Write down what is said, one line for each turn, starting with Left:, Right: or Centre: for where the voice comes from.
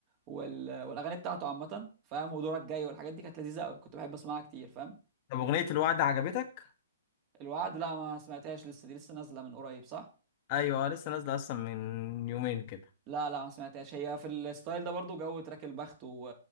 Right: وال... والاغاني بتاعته عامه فاهم ودورك جاي والحاجات دي كانت لذيذه قوي كنت بحب اسمعها كتير فاهم
Left: طب أغنية الوعد عجبتك؟
Right: الوعد لا ما سمعتهاش لسه دي لسه نازله من قريب صح
Left: أيوة آه، لسه نازلة أصلا من يومين كده
Right: لا لا ما سمعتهاش هي في الستايل ده برضو جو تراك البخت و...